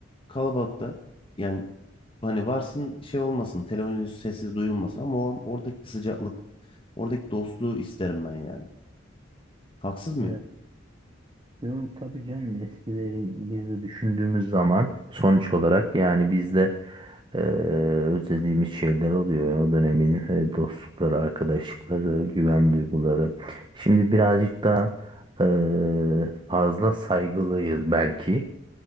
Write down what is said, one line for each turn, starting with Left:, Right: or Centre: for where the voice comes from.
Left: Kalabalıkta yani hani varsın şey olmasın televizyon sessiz duyulmasın ama o, oradaki sıcaklık, oradaki dostluğu isterim ben yani. Haksız mıyım?
Right: evet. Yo, tabii canım eskileri biz de düşündüğümüz zaman sonuç olarak yani biz de eee, özlediğimiz şeyler oluyor. O dönemin e, dostlukları, arkadaşlıkları, güven duyguları. Şimdi birazcık daha eee, fazla saygılıyız belki